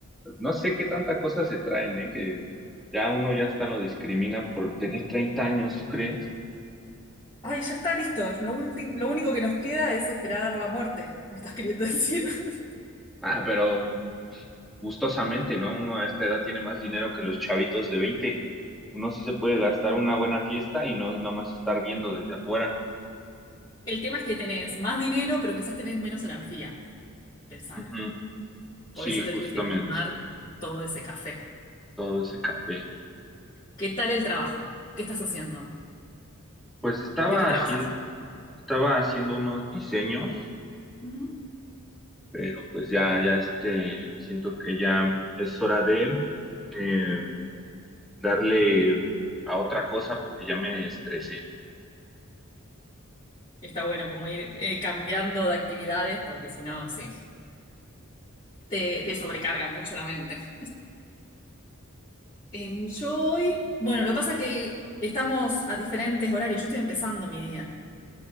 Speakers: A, in the centre; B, on the left.
A: No sé qué tanta cosa se traen, ¿eh? Que ya uno ya hasta lo discriminan por tener 30 años, ¿tú crees?
B: Ay, ya está listo. Lo último, lo único que nos queda es esperar la muerte, ¿me estás queriendo decir? <laughs>
A: Ah, pero gustosamente, ¿no? Uno a esta edad tiene más dinero que los chavitos de veinte Uno sí se puede
B: Eh,
A: gastar una buena fiesta y no es nomás estar viendo desde afuera.
B: El tema es que tenés más dinero, pero quizás tenés menos energía. Pensalo.
A: Ujú, Sí,
B: Por eso
A: justamente.
B: te tuviste que tomar todo ese café.
A: Todo ese café.
B: ¿Qué tal el trabajo? ¿Qué estás haciendo?
A: Pues estaba
B: ¿De qué trabajas?
A: haciendo, estaba haciendo unos diseños,
B: Ujú.
A: pero pues ya, ya este, siento que ya es hora de eh, darle a otra cosa porque ya me estresé.
B: Está bueno como ir eh, cambiando de actividades porque si no, sí, te, te sobrecarga mucho la mente. Em, yo hoy, bueno, lo que pasa es que estamos a diferentes horarios. Yo estoy empezando mi día.